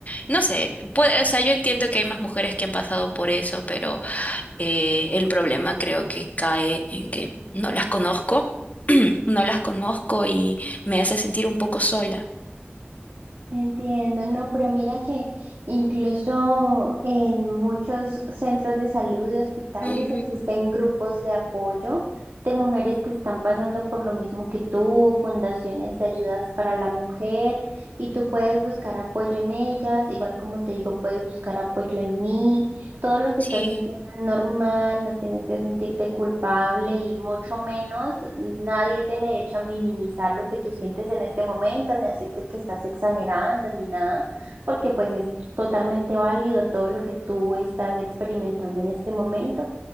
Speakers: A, on the left; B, on the right.
A: no sé, puede, o sea, yo entiendo que hay más mujeres que han pasado por eso, pero eh, el problema creo que cae en que no las conozco, <clears throat> no las conozco y me hace sentir un poco sola.
B: Entiendo, no, pero mira que incluso en muchos centros de salud y hospitales
A: Ujú,
B: existen grupos de apoyo de mujeres que están pasando por lo mismo que tú, fundaciones de ayudas para la mujer, y tú puedes buscar apoyo en ellas, igual como te digo, puedes buscar apoyo en mí. Todo lo que
A: Sí,
B: estás sintiendo es normal, no tienes que sentirte culpable y mucho menos nadie tiene derecho a minimizar lo que tú sientes en este momento, ni a decirte que estás exagerando ni nada, porque pues es totalmente válido todo lo que tú estás experimentando en este momento.